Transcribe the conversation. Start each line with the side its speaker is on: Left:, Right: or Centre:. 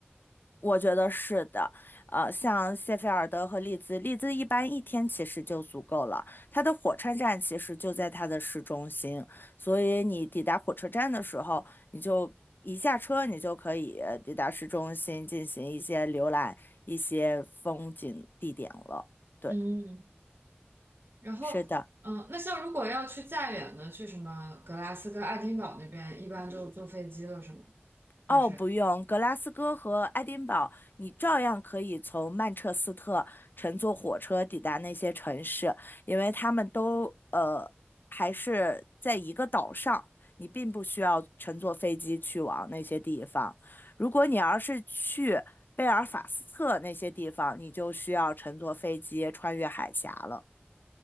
Left: 我觉得是的。呃，像谢菲尔德和利兹，利兹一般一天其实就足够了，它的火车站其实就在它的市中心，所以你抵达火车站的时候，你就。一下车，你就可以呃抵达市中心进行一些浏览、一些风景地点了。对。
Right: 嗯然后，
Left: 是的，
Right: 嗯，那像如果要去再远的，去什么格拉斯哥、爱丁堡那边，一般就坐飞机了，是吗？还是
Left: 哦，不用，格拉斯哥和爱丁堡，你照样可以从曼彻斯特乘坐火车抵达那些城市，因为他们都呃还是在一个岛上，你并不需要乘坐飞机去往那些地方。如果你要是去贝尔法斯特那些地方，你就需要乘坐飞机穿越海峡了。